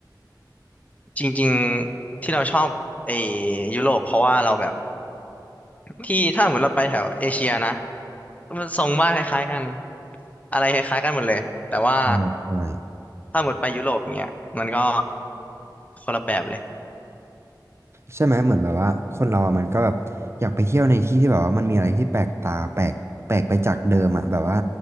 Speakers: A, on the left (about 20°); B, on the right (about 35°).
A: จริงๆที่เราชอบไอ้ยุโรปเพราะว่าเราแบบที่ถ้าเหมือนเราไปแถวเอเชียนะมันทรงบ้านคล้ายๆกันอะไรคล้ายๆกันหมดเลยแต่ว่า
B: ใช่ใช่
A: ถ้าหมดไปยุโรปเนี้ยมันก็คนละแบบเลย
B: ใช่ไหมเหมือนแบบว่าคนเราอะมันก็แบบอยากไปเที่ยวในที่ที่แบบว่ามันมีอะไรที่แปลกตาแปลกแปลกไปจากเดิมอะแบบว่า